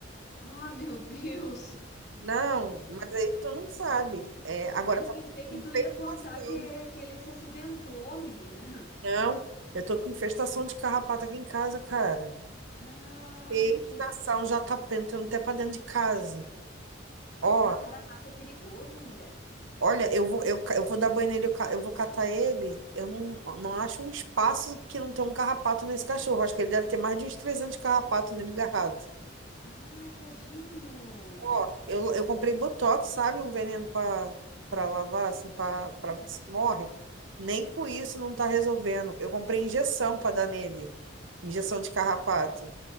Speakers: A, on the left (about 55°); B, on the right (about 80°).
A: ah, meu Deus.
B: Não, mas aí tu não sabe. É, agora
A: Eu
B: tá
A: pensei que
B: com infestação.
A: tu ia contar que, que ele se acidentou, menina.
B: Não, eu tô com infestação de carrapato aqui em casa, cara.
A: Ai,
B: Infestação
A: que
B: já tá entrando até pra dentro de casa. Ó,
A: uma carapata é perigoso, mulher.
B: Olha, eu vou, eu, ca- eu vou dar banho nele, eu, ca- eu vou catar ele. Eu não, não acho um espaço que não tem um carrapato nesse cachorro. Acho que ele deve ter mais de uns trezentos carrapatos nele garrado.
A: Ai, tadinho.
B: Ó, eu, eu comprei Botox, sabe? Um veneno pra, pra lavar, assim, pra, pra
A: Sim.
B: ver se morre. Nem com isso não tá resolvendo. Eu comprei injeção pra dar nele. Injeção de carrapato.